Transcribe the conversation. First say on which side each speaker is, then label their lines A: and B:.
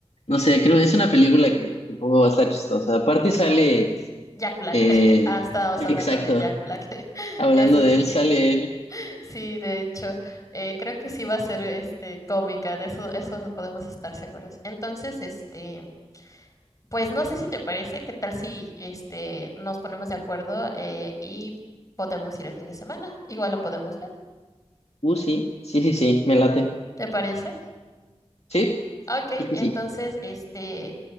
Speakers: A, on the left; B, on the left.
A: no sé, creo que es una película que supongo va a estar chistosa. Aparte sale...
B: Jack Black.
A: Eh,
B: <laughs> Ah, estábamos
A: exacto.
B: hablando de Jack Black. <laughs>
A: Hablando
B: Eso,
A: de
B: sí.
A: él, sale él.
B: Sí, de hecho, eh, creo que sí va a ser este cómica, de eso, eso podemos estar seguras. Entonces, este, pues no sé si te parece, qué tal si este nos ponemos de acuerdo eh, y podemos ir el fin de semana. Igual lo podemos ver.
A: Uh, sí, sí, sí, sí, me late.
B: ¿Te parece?
A: Sí,
B: Ok,
A: sí,
B: entonces,
A: sí. sí.
B: este,